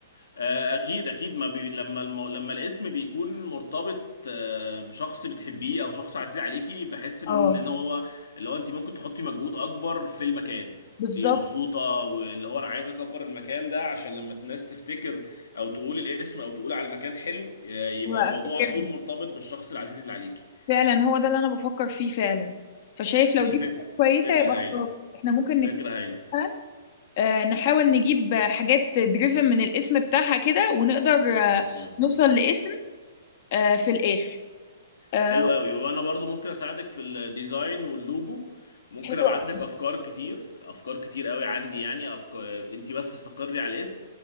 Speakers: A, on the left (about 65°); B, on the left (about 45°).
A: آه، اكيد اكيد ما بي... لما المو... لما الاسم بيكون مرتبط آه، بشخص بتحبيه او شخص عزيز عليكي بحس ان
B: اه
A: إن هو اللي هو انت ممكن تحطي مجهود اكبر في المكان
B: بالظبط
A: انت مبسوطه واللي هو انا عايز اكبر المكان ده عشان لما الناس تفتكر او تقول الاسم او تقول على المكان حلو آه، يبقى
B: وافتكرها
A: الموضوع على طول مرتبط بالشخص العزيز اللي عليكي
B: فعلا هو ده اللي انا بفكر فيه فعلا فشايف لو
A: دي
B: دي
A: فكره
B: فكرة كويسة
A: فكره
B: يبقى
A: هايله
B: خلاص احنا ممكن
A: فكره
B: نتفق
A: هايله
B: مثلا آه، نحاول نجيب آه، حاجات دريفن من الاسم بتاعها كده ونقدر آه،
A: اوكي
B: نوصل لاسم آه، في الاخر آه،
A: حلو قوي وانا برضو ممكن اساعدك في الديزاين واللوجو ممكن
B: حلو
A: ابعت
B: أوي.
A: لك افكار كتير افكار كتير قوي عندي يعني افكار انت بس استقري على الاسم